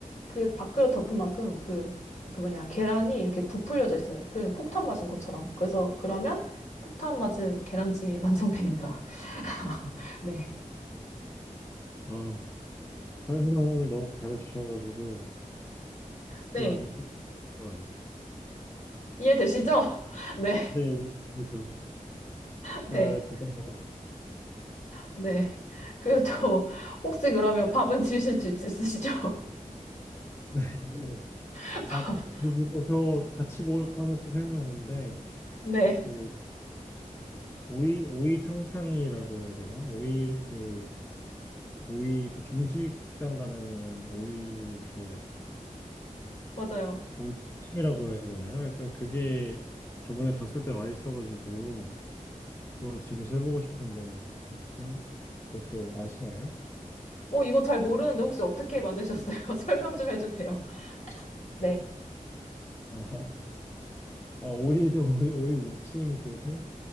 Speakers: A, on the left (about 60°); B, on the left (about 15°).
A: 그 밥그릇 덮은 만큼 그, 그 뭐냐 계란이 이렇게 부풀려져 있어요. 그냥 폭탄 맞은 것처럼. 그래서 그러면 폭탄 맞은 계란찜이 완성됩니다. <laughs> 네.
B: 아, 설명을 너무 잘해주셔가지고
A: 네.
B: 기억이 쏙쏙 나는 것 같네요.
A: 이해되시죠? <laughs> 네.
B: 네, 예, 그래도 잘
A: 네.
B: 부탁드립니다.
A: 네. 그리고 또 혹시 그러면 밥은 지으실 수 있- 있으시죠?
B: <laughs>
A: <laughs>
B: 아, 그리고 저 같이 먹을 거 하나 또 생각났는데,
A: 네.
B: 그, 오이, 오이탕탕이라고 해야 되나? 오이, 그, 오이, 그 중식당 가면은 오이, 이렇게,
A: 맞아요.
B: 오이찜이라고 해야 되나요? 약간 그게 저번에 갔을 때 맛있어가지고, 그걸 집에서 해보고 싶은데, 혹시 살, 그것도 아시나요?
A: 어, 이거 잘 모르는데 혹시 어떻게 만드셨어요? <laughs> 설명 좀 해주세요. 네.
B: 아, <laughs> 아, 오이는 오이, 오이 무침, 그, 탕,